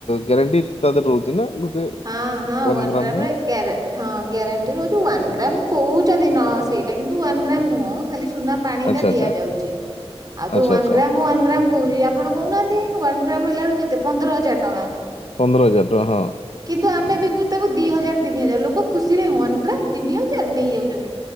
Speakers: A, on the left; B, on the right.
A: ଗ୍ୟାରେଣ୍ଟି ତା ଦେହରେ ରହୁଛି ନା? ଗୋଟେ
B: ହଁ ହଁ ୱାନ
A: ଗ୍ରାମ
B: ଗ୍ରାମରେ
A: ର
B: ଗ୍ୟାର ହଁ ଗ୍ୟାରେଣ୍ଟି ରହୁଛି ୱନ ଗ୍ରାମ କହୁଛନ୍ତି ନ ସେଇଠ ସେଟା କିନ୍ତୁ ୱନ୍ ଗ୍ରାମ ନୁହଁ ଖାଲି ସୁନା ପାଣି
A: ଆଚ୍ଛା
B: ଟା ଦିଆଯାଉଚି।
A: ଆଚ୍ଛା
B: ଆଉ ଯୋଉ
A: ଆଚ୍ଛା
B: ୱାନ
A: ଆଚ୍ଛା
B: ଗ୍ରାମ ୱାନ ଗ୍ରାମ କହୁଛି ଆପଣ କହୁନାହାନ୍ତି ୱାନ ଗ୍ରାମ ହେଲା ବେଳକୁ କେତେ ପନ୍ଦର ହଜାର ଟଙ୍କା।
A: ପନ୍ଦର ହଜାର ଟଙ୍କା ହଁ।
B: କିନ୍ତୁ ଆମେ ବିକୁ ତାକୁ ଦି ହଜାର ତିନି ହଜାର ଲୋକ ଖୁସିରେ ୱାନ ଗ୍ରାମ ତିନି ହଜାର। ନେଇ ଯାଉଛନ୍ତି